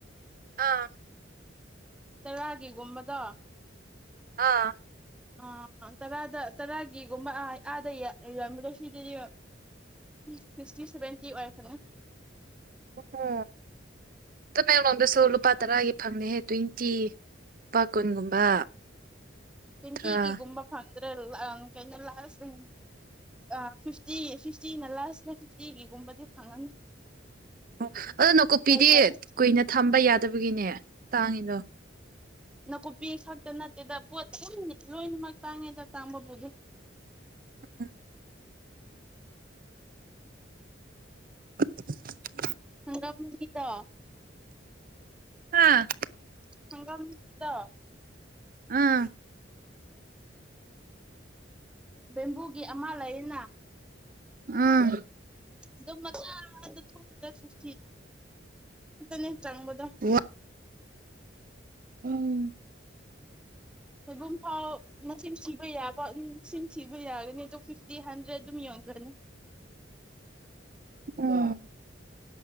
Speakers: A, on the right (about 45°); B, in the centre.
A: ꯑꯥ
B: ꯇꯔꯥꯒꯤꯒꯨꯝꯕꯗ
A: ꯑꯥ
B: ꯑ ꯇꯔꯥꯗ ꯇꯔꯥꯒꯤꯒꯨꯝꯕ ꯑꯗ ꯏ ꯑꯝꯕ ꯂꯁꯗꯔꯤ ꯁꯤꯛꯁꯇꯤ ꯁꯦꯚꯦꯟꯇꯤ ꯑꯣꯏꯔꯛꯒꯅ
A: ꯑꯣꯍꯣ ꯇꯃꯦꯡꯂꯣꯡꯗꯁꯨ ꯂꯨꯄꯥ ꯇꯔꯥꯒꯤ ꯐꯪꯅꯤꯍꯦ ꯇ꯭ꯋꯦꯟꯇꯤ ꯂꯨꯄꯥ ꯀꯨꯟꯒꯨꯝꯕ
B: ꯇ꯭ꯋꯦꯟꯇꯤꯒꯤꯒꯨꯝꯕ
A: ꯇꯔꯥ
B: ꯐꯪꯗ꯭ꯔꯦ ꯀꯩꯅꯣ ꯂꯥꯁ ꯑ ꯐꯤꯐꯇꯤ ꯐꯤꯐꯇꯤꯅ ꯂꯥꯁꯅ ꯐꯤꯐꯇꯤꯒꯤꯒꯨꯝꯕꯗꯤ ꯐꯪꯉꯅꯤ
A: ꯑꯣ ꯑꯗꯣ ꯅꯥꯀꯨꯞꯄꯤꯗꯤ
B: ꯀꯩ ꯀꯩ
A: ꯀꯨꯏꯅ ꯊꯝꯕ ꯌꯥꯗꯕꯒꯤꯅꯦ ꯇꯥꯡꯉꯗꯣ
B: ꯅꯥꯀꯨꯞꯄꯤ ꯈꯛꯇ ꯅꯠꯇꯦꯗ ꯄꯣꯠ ꯑꯗꯨ ꯂꯣꯏꯅꯃꯛ ꯇꯥꯡꯉꯦꯗ ꯇꯥꯡꯕꯕꯨꯗꯤ
A: ꯎꯝ <unintelligible>
B: ꯍꯪꯒꯥꯝꯒꯤꯗ
A: ꯍꯥꯥ
B: ꯍꯪꯒꯥꯝ ꯀꯗ
A: ꯑꯥ
B: ꯕꯦꯝꯕꯨꯒꯤ ꯑꯃ ꯂꯩꯌꯦꯅ
A: ꯑꯥ
B: ꯑꯗꯨꯝ ꯃꯈꯥ ꯇꯨ ꯍꯟꯗ꯭ꯔꯦꯠ ꯐꯤꯇꯤ ꯅꯤ ꯆꯥꯡꯕꯗ
A: ꯋꯥ ꯎꯝ
B: ꯁꯣꯏꯕꯨꯝ ꯐꯥꯎ ꯃꯁꯤꯡ ꯁꯤꯕ ꯌꯥꯕꯁꯤꯡ ꯁꯤꯕ ꯌꯥꯒꯅꯤ ꯑꯗꯣ ꯐꯤꯐꯇꯤ ꯍꯟꯗ꯭ꯔꯦꯗ ꯑꯗꯨꯝ ꯌꯧꯉ ꯒꯅꯤ
A: ꯎꯝ